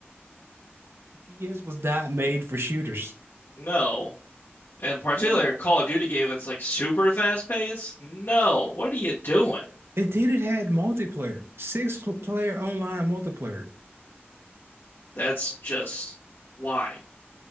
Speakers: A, on the right; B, on the left.
A: The DS was not made for shooters.
B: No. And particularly
A: Oh,
B: a Call of Duty game that's like super fast paced. No, what are you doing?
A: It did. It had multiplayer, six player online multiplayer.
B: That's just why.